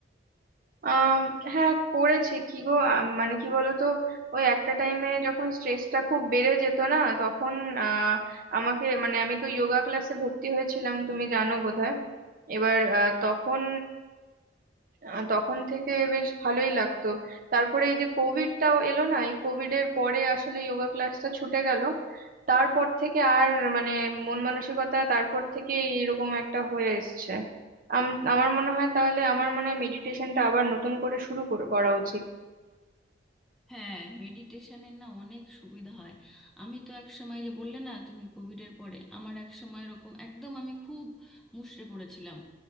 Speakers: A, on the right (about 50°); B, in the centre.
A: আম, হ্যাঁ করেছি কি গো আম, মানে কি বলতো ওই একটা টাইমে যখন স্ট্রেসটা খুব বেড়ে যেত না তখন আহ, আমাকে মানে আমি তো যোগা ক্লাসে ভর্তি হয়েছিলাম তুমি জানো বোধহয় এবার আহ, তখন আহ তখন থেকে বেশ ভালোই লাগতো তারপরে এই যে কোভিডটাও এলো না এই কোভিড এর পরে আসলে যোগা ক্লাসটা ছুটে গেল তারপর থেকে আর মানে মন মানসিকতা তারপর থেকে এরকম একটা হয়ে এসছে আম- আমার মনে হয় তাহলে আমার মনে হয় মেডিটেশনটা আবার নতুন করে শুরু করে করা উচিত
B: হ্যাঁ মেডিটেশনের না অনেক সুবিধা হয় আমি তো এক সময় যে বললে না তুমি কোভিড এর পরে আমার এক সময় এরকম একদম আমি খুব মুষড়ে পড়েছিলাম